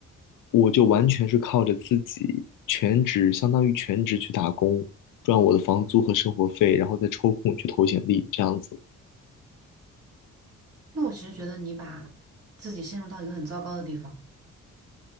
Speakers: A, on the left (about 80°); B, on the right (about 50°).
A: 我就完全是靠着自己全职，相当于全职去打工，赚我的房租和生活费，然后再抽空去投简历，这样子。
B: 那我其实觉得你把自己陷入到一个很糟糕的地方，